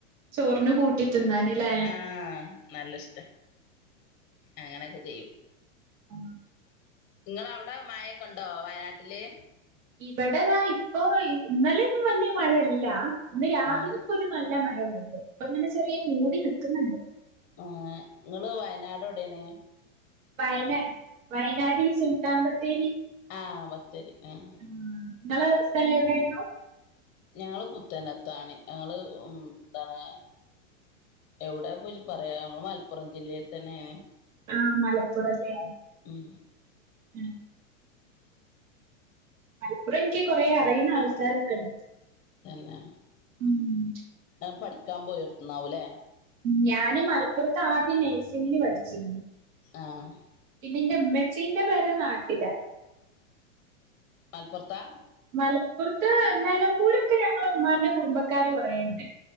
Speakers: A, on the right (about 75°); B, on the left (about 30°).
A: ചോറിന് കൂട്ടി തിന്നാന്ല്ലേ
B: ആഹ് നല്ല ഇഷ്ട അങ്ങനൊക്കെ ചെയ്യും
A: ആ
B: നിങ്ങളെ അവിടെ മായൊക്കെ ഉണ്ടോ വയനാട്ടില്
A: ഇവിടതാ ഇപ്പൊ ഇന്നലെന്നും വലിയ മഴല്ല ഇന്ന് രാവിലെ
B: ആഹ്
A: ഇപ്പോ ഒരു നല്ല മഴ പെയ്തു അങ്ങനെ ചെറിയ മൂടി നിക്കുന്നുണ്ട്
B: ആ നിങ്ങള് വയനാട് എവിടെണ്
A: വയനാട് വയനാടി സുൽത്താൻ ബത്തേരി
B: ആഹ് ബത്തേരി ആഹ്
A: ആ നിങ്ങളെ സ്ഥലം എവിടേനു
B: ഞങ്ങള് പുത്തനത്താണി ഞങ്ങള് എന്താണ് എവിടെ പോയി പറയാ ഞങ്ങ മലപ്പുറം ജില്ലയിൽ തന്നെയേണ്
A: ആഹ് മലപ്പുറല്ലേ
B: ഉം
A: ഉം മലപ്പുറം എനിക്ക് കൊറേ അറിയുന്ന ആൾക്കാരൊക്കെ ഉണ്ട്
B: തന്നെ
A: ഉം
B: പഠിക്കാൻ പോയടുത്തുന് ആവും ഇല്ലേ
A: ഞാന് മലപ്പുറത്ത ആദ്യം നഴ് സിങ്ങിന് പഠിച്ചിരുന്നു
B: ആഹ്
A: പിന്നെ ഇന്റെ ഇമ്മ- ഹസ്സിന്റെ പേരെ നാട്ടില
B: മലപ്പുറത്താ
A: മലപ്പുറത്ത് നിലമ്പൂരൊക്കഞങ്ങളെ ഉമ്മാന്റെ കുടുംബക്കാർ കുറെ ഉണ്ട്